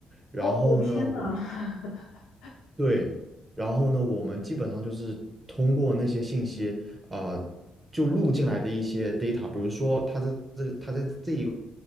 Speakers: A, on the right; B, on the left.
A: 然后呢，
B: 哦，我天呐
A: 我
B: <laughs>
A: 对，然后呢，我们基本上就是通过那些信息啊、呃就录进来的一些 data，比如说他在这个他在这一个。